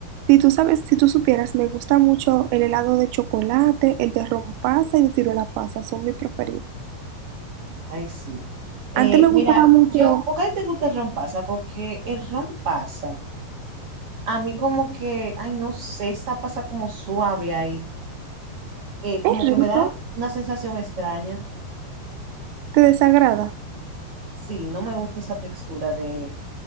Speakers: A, on the right; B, on the right.
A: Si tú sabes, si tú supieras, me gusta mucho el helado de chocolate, el de rompasa y de tiro ciruela pasa, son mis preferidos.
B: Ay, sí. Eh,
A: Antes me
B: mira,
A: gustaba mucho,
B: yo, ¿por qué a ti te gusta el ron pasa? Porque el ron pasa. A mí como que, ay, no sé, esa pasa como suave ahí. Eh,
A: es
B: como que me
A: rico,
B: da una sensación extraña.
A: te desagrada.
B: Sí, no me gusta esa textura de